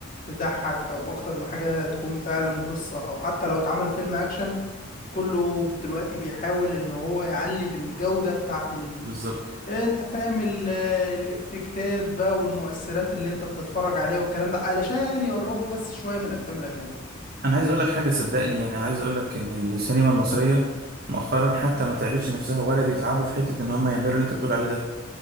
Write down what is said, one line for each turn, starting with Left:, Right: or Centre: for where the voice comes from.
Left: تضحك او اكتر ما حاجه تكون فعلا قصه او حتى لو اتعمل فيلم اكشن كله دلوقتي بيحاول ان هو يعلي بالجوده بتاعه ال...
Right: بالظبط
Left: انت فاهم ال... الافكتات بقى والمؤثرات اللي انت بتتفرج عليها والكلام ده علشان يقربوا بس شويه من الافلام الاجنبيه
Right: انا عايز اقول لك حاجه صدقني يعني انا عايز اقول لك ان السينما المصريه مؤخرا حتى ما تعبتش نفسها ولا بيتعبوا في حته ان هم يعملوا اللي انت بتقول عليه ده